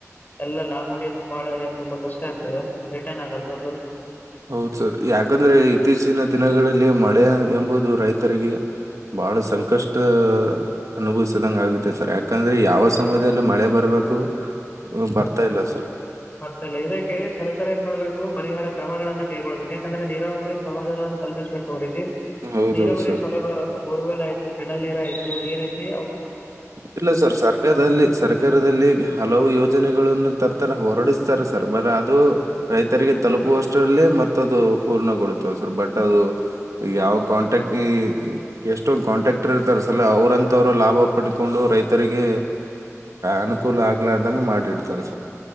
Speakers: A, on the left; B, on the right.
A: ಎಲ್ಲ ಆಗುಡಿಯೋದು ಬಾಳ ಏನ್ ತುಂಬಾ ಕಷ್ಟ ಆಗ್ತದೆ ರಿಟರ್ನ್ ಆಗಲ್ ದದುಡ್ಡು
B: ಹೌದು ಸರ್ ಯಾಕಂದ್ರೆ ಇತ್ತೀಚಿನ ದಿನಗಳಲ್ಲಿ ಮಳೆ ಎಂಬುದು ರೈತರಿಗೆ ಬಹಳ ಸಂಕಷ್ಟ ಅನುಭವಿಸದಂಗ ಆಗುತ್ತೆ ಸರ್ ಯಾಕಂದ್ರೆ ಯಾವ ಸಮಯದಲ್ಲಿ ಮಳೆ ಬರ್ಬೇಕು ಬರ್ತಾ ಇಲ್ಲ ಸರ್
A: ಬರ್ತ ಇಲ್ಲ ಇದಕ್ಕೆ ಸರ್ಕಾರ ಏನ್ ಮಾಡ್ಬೇಕು ಪರಿಹಾರ ಕ್ರಮಗಳನ್ನ ಕೈಗೊಳ್ಳಳ್ಬೇಕು ಯಾಕಂದ್ರೆ ನೀರಾವಬರಿ ಸೌಲಭ್ಯಗಳನ್ನ ಕಲ್ಪಿಸ್ಬೇಕು ಅವರಿಗೆ
B: ಹೌದೌದು
A: ನೀರ ಬರಿ
B: ಸರ್
A: ಸವಲಭ ಬೋರ್ವೆಲ್ ಆಯ್ತು ಚನಲ್ ನೀರ ಆಯ್ತು ಏ ರೈತಿ
B: ಇಲ್ಲ ಸರ್ ಸರ್ಕಾರದಲ್ಲಿ ಸರ್ಕಾರದಲ್ಲಿ ಹಲವು ಯೋಜನೆಗಳನ್ನು ತರ್ ತರ ಹೊರಡಿಸ್ತಾರೆ ಸರ್ ಬರ ಅದು ರೈತರಿಗೆ ತಲುಪುವಷ್ಟರಲ್ಲಿ ಮತ್ತದು ಪೂರ್ಣಗೊಳ್ತವ ಸರ್ ಬಟ್ ಅದು ಯಾವ ಕಾಂಟ್ರಾಕ್ಟ್ ಎಷ್ಟೊ ಕಾಂಟ್ರಾಕ್ಟರ್ ಇರ್ತಾರೆ ಸಲ ಅವ್ರಂತವ್ರ ಲಾಭ ಪಡ್ಕೊಂಡು ರೈತರಿಗೆ ಅನುಕೂಲ ಆಗ್ಲಾರ್ದಂಗ ಮಾಡಿಡ್ತಾರ ಸರ್